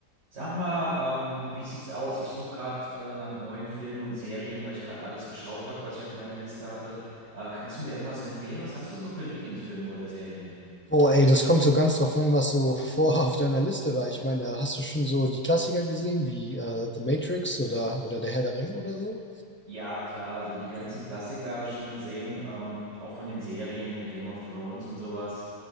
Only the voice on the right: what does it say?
Sag mal, ähm, wie sieht's aus? Ich suche gerade äh, nach neuen Filmen und Serien, weil ich gerade alles geschaut habe, was ich auf meiner Liste hatte. Äh, kannst du mir irgendwas empfehlen? Was hast du so für Lieblingsfilme oder Serien?
Ja, klar, also die ganzen Klassiker habe ich schon gesehen, ähm, auch von den Serien hier Game of Thrones und sowas.